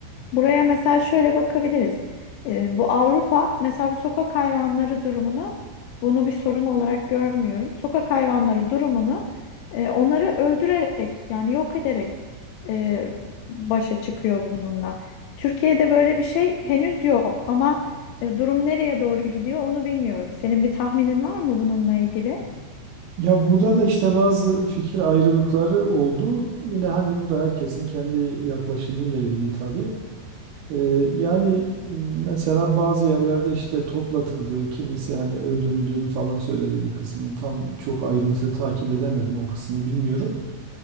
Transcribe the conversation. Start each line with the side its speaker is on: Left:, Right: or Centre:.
Left: Buraya mesela şöyle bakabiliriz. Ee, bu Avrupa mesela bu sokak hayvanları durumunu bunu bir sorun olarak görmüyorum. Sokak hayvanları durumunu e, onları öldürerek yani yok ederek e, başa çıkıyor bununla. Türkiye'de böyle bir şey henüz yok ama e, durum nereye doğru gidiyor onu bilmiyorum. Senin bir tahminin var mı bununla ilgili?
Right: Ya burada da işte bazı fikir ayrılıkları oldu. Yine hani bu da herkesin kendi yaklaşımıyla ilgili tabii. Ee, yani mesela bazı yerlerde işte toplatıldığı, kimisi hani öldürüldüğünü falan söyledi bir kısmının Tam çok ayrıntılı takip edemedim o kısmını bilmiyorum.